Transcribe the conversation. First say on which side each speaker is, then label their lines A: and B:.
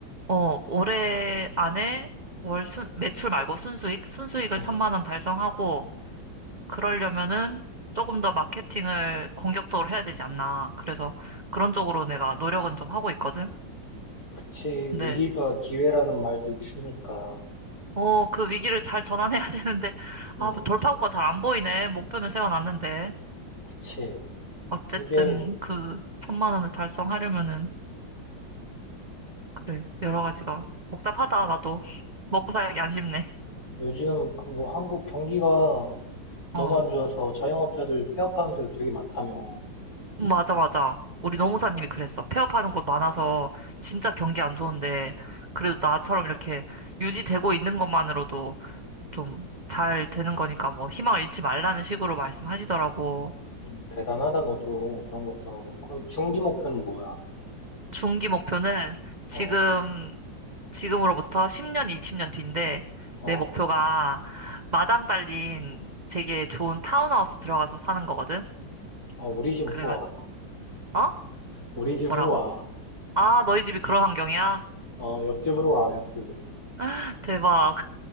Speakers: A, on the right; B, on the left.
A: 어, 올해 안에 월 순, 매출 말고 순수익, 순수익을
B: 응,
A: 천만 원 달성하고, 그러려면은 조금 더 마케팅을 공격적으로 해야 되지 않나. 그래서 그런 쪽으로 내가 노력은 좀 하고 있거든.
B: 그치.
A: 근데,
B: 위기가 기회라는 말도 있으니까.
A: 어, 그 위기를 잘 전환해야 <laughs> 되는데,
B: 응,
A: 아, 뭐 돌파구가 잘 안 보이네. 목표는 세워놨는데.
B: 그치.
A: 어쨌든
B: 이게
A: 그 천만 원을 달성하려면은, 그래, 여러 가지가 복잡하다, 나도. <laughs> 먹고 살기 안 쉽네.
B: 요즘 그 뭐 한국 경기가 너무
A: 어.
B: 안 좋아서 자영업자들 폐업하는 데도 되게 많다며.
A: 음, 맞아, 맞아. 우리 노무사님이
B: 어,
A: 그랬어. 폐업하는 곳 많아서 진짜 경기 안 좋은데, 그래도 나처럼 이렇게 유지되고 있는 것만으로도 좀 잘 되는 거니까 뭐 희망을 잃지 말라는 식으로 말씀하시더라고.
B: 음, 대단하다, 너도. 그런 것도 하고. 그럼 중기 목표는 뭐야?
A: 중기 목표는 지금,
B: 어,
A: 지금으로부터 10년, 20년 뒤인데,
B: 어,
A: 내 목표가 마당 달린 되게 좋은 타운하우스 들어가서 사는 거거든?
B: 어, 우리 집으로
A: 그래가지고,
B: 와.
A: 어?
B: 우리 집으로
A: 뭐라고?
B: 와.
A: 아, 너희 집이 그런 환경이야?
B: 어, 옆집으로 와, 옆집으로.
A: <laughs> 대박.